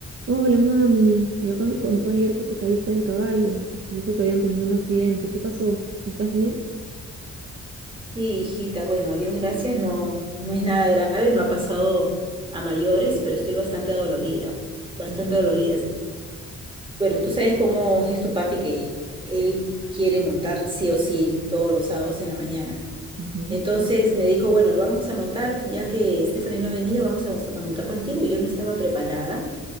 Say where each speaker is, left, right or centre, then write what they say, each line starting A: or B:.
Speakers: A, on the right (about 50°); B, on the right (about 15°).
A: Hola, mami. Mi papá me contó ayer que te caíste del caballo. Me dijo que habían tenido un accidente. ¿Qué pasó? ¿Estás bien?
B: Sí, hijita, bueno, a Dios gracias, no, no es nada grave, no ha pasado a mayores, pero estoy bastante dolorida, bastante
A: Uy,
B: dolorida. Bueno, tú sabes cómo es tu papi que él quiere montar sí o sí todos los sábados en la mañana.
A: ujú,
B: Entonces me dijo, bueno, vamos a montar, ya que Stephanie no ha venido, vamos a, mos- a montar contigo y yo no estaba preparada